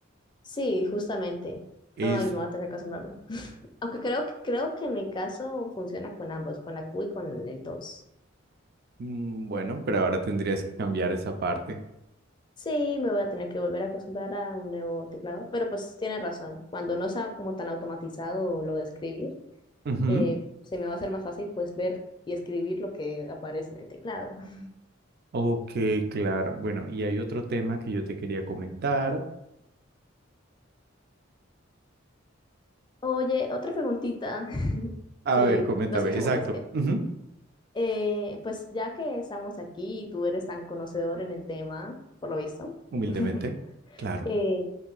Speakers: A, on the left; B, on the right.
A: Sí, justamente.
B: Es
A: Ay, me voy a tener que acostumbrarme. Aunque creo que, creo que mi caso funciona con ambos, con la Q y con el 2.
B: mm, bueno, pero ahora tendrías que cambiar esa parte.
A: Sí, me voy a tener que volver a acostumbrar a un nuevo teclado, pero pues tiene razón. Cuando no sea como tan automatizado lo de escribir,
B: Ujú.
A: eh, se me va a hacer más fácil pues ver y escribir lo que aparece en el teclado. <laughs>
B: Ok, claro. Bueno, y hay otro tema que yo te quería comentar.
A: Oye, otra preguntita, <laughs>
B: A
A: si
B: ver, coméntame.
A: no escucha
B: Exacto.
A: molestia.
B: Ujú.
A: Eh, pues ya que estamos aquí y tú eres tan conocedor en el tema, por lo visto,
B: Humildemente.
A: <laughs>
B: Claro.
A: Eh,